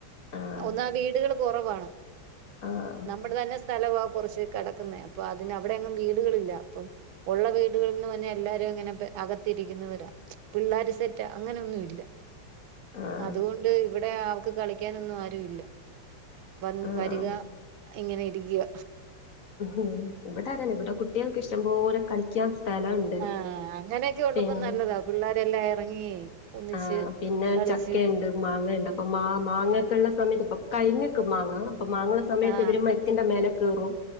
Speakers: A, on the left; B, on the right.
A: ആഹ്
B: ഒന്നാ വീടുകൾ കൊറവാണ്
A: ആഹ്
B: നമ്മടെ തന്നെസ്- സ്ഥലവാ കുറച്ച് കെടക്കുന്നെ അപ്പൊ അതി അവിടെ അങ്ങെ വീടുകളില്ല അപ്പം ഉള്ള വീടുകളിൽന്ന് പറഞ്ഞാ എല്ലാരും ഇങ്ങനെ അകത്തിരിക്കുന്നവരാ പിള്ളേർ സെറ്റാ അങ്ങനൊന്നും ഇല്ല.
A: ആഹ്
B: അതുകൊണ്ട് ഇവിടെ അവക്ക് കളിക്കാനൊന്നും ആരു ഇല്ല വന്ന്
A: ആഹ്.
B: വരിക ഇങ്ങനെ ഇരിക്കുക
A: ഉം ഇവിടെ അങ്ങനെ ഇവിടെ കുട്ടികൾക്ക് ഇഷ്ടം പോലെ കളിക്കാൻ സ്ഥലണ്ട്
B: ആ അങ്ങനെയൊക്കെ ഉള്ളപ്പോ
A: പിന്നെ
B: നല്ലതാ പിള്ളേരെല്ലാം ഇറങ്ങി ഒന്നിച്ച്
A: ആ പിന്നെ
B: കളിച്ച്
A: ചക്ക ഇണ്ട് മാങ്ങ ഇണ്ട് അപ്പൊ മാ മാങ്ങക്കെ ഉള്ള സമയത്ത് കൈഞ്ഞക്ക് മാങ്ങ അപ്പൊ മാങ്ങള്ള സമയത്ത്
B: ആ
A: ഇവരും മരത്തിന്റെ മേലെ കേറും